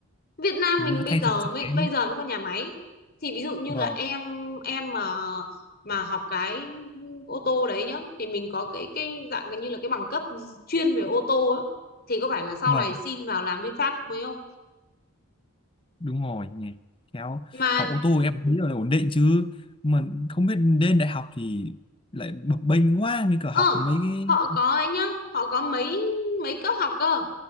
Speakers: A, on the left; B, on the left.
A: Việt Nam
B: Như
A: mình
B: nó
A: bây
B: thay
A: giờ
B: thế xe
A: mới
B: máy
A: bây giờ mới có nhà máy thì ví dụ như
B: vâng
A: là em em mà mà học cái ô tô đấy nhá thì mình có cái cái dạng gần như là cái bằng cấp chuyên về ô tô ấy. thì có phải là sau
B: vâng
A: này xin vào làm VinFast cũng mới không
B: đúng rồi nhỉ khéo
A: mà
B: học ô tô em nghĩ là ổn định chứ mà không biết lên đại học thì lại bập bênh quá mới cả
A: ờ
B: học mấy cái
A: họ có ấy nhá họ có mấy mấy cấp học cơ